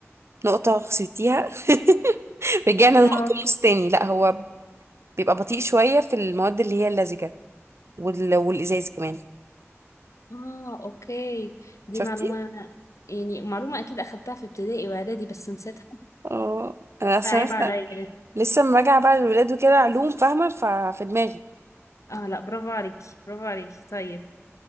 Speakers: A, on the right (about 60°); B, on the left (about 85°).
A: نقطة خسرتيها <laughs> رجعنا
B: كده
A: لنقطة
B: هو
A: النص تاني لا هو بيبقى بطيء شوية في المواد اللي هي اللزجة وال... والإزاز كمان
B: اه اوكي دي
A: شفتي
B: معلومة يعني معلومة اكيد اخدتها في ابتدائي واعدادي بس نسيتها
A: اه أنا عشان
B: عيب
A: لسه
B: عليا
A: لسه لما راجعة بقى للولاد وكده علوم فاهمة ففي دماغي
B: اه لا برافو عليكي برافو عليكي طيب